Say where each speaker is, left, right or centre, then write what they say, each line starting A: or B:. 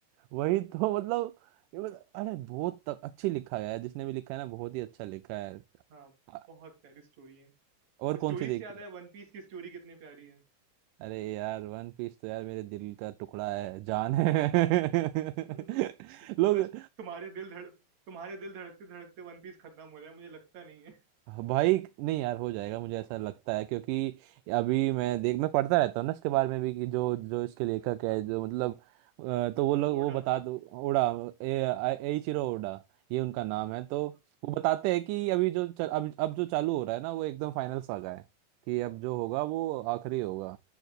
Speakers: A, on the right; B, on the right.
A: वही तो मतलब ये मतलब- अरे बहुत त- अच्छी लिखा है यार, जिसने भी लिखा है ना बहुत ही अच्छा लिखा है
B: हाँ,
A: आ-
B: बहुत प्यारी स्टोरी है।
A: और कौन
B: स्टोरी
A: सी देखी
B: से याद आया
A: है
B: वन पीस की स्टोरी कितनी प्यारी है।
A: अरे यार वन पीस तो यार मेरे दिल का टुकड़ा है जान है <laughs>
B: <laughs>
A: लोग
B: बस तुम्हारे दिल धड़ तुम्हारे दिल धड़कते-धड़कते वन पीस खत्म हो रहा है मुझे लगता नहीं है।
A: भाई नहीं यार हो जाएगा मुझे ऐसा लगता है क्योंकि अभी मैं देख मैं पढ़ता रहता हूँ ना इसके बारे में भी कि जो जो इसके लेखक
B: हाँ,
A: है
B: हाँ,
A: जो मतलब अ, तो वो लोग वो
B: ओडा।
A: बता दो ओडा ए एइचिरो ओडा ये उनका नाम है तो
B: पर
A: वो बताते हैं कि अभी जो चल, अब अब जो चालू हो रहा है ना वो एकदम फाइनल सागा है कि अब जो होगा वो आखिरी होगा